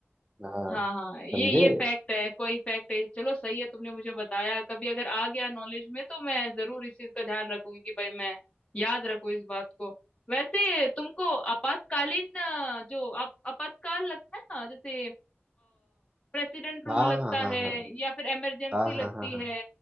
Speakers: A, on the right (about 25°); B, on the left (about 25°).
A: हाँ
B: हाँ हाँ ये
A: समझे
B: ये फैक्ट है कोई फैक्ट है चलो सही है तुमने मुझे बताया कभी अगर आ गया नॉलेज में तो मैं जरूर इस चीज का ध्यान रखूंगी कि भाई मैं याद रखूं इस बात को वैसे तुमको आपातकालीन अ, जो आप आपातकाल लगता है ना जैसे प्रेसिडेंट रूल
A: हाँ
B: लगता
A: हाँ
B: है
A: हाँ
B: या फिर इमरजेंसी
A: हाँ हाँ
B: लगती
A: हाँ हाँ हाँ
B: है